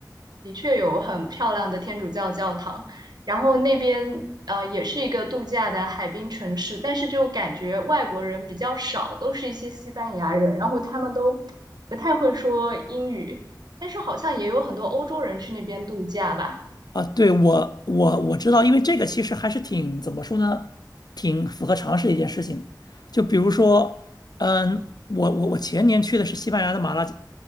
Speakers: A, on the right; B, on the left.
A: 的确有很漂亮的天主教教堂，然后那边呃也是一个度假的海滨城市，但是就感觉外国人比较少，都是一些西班牙人，然后他们都不太会说英语，但是好像也有很多欧洲人去那边度假吧。
B: 啊。对，我我我知道，因为这个其实还是挺怎么说呢，挺符合常识的一件事情。就比如说，嗯，我我我前年去的是西班牙的马拉加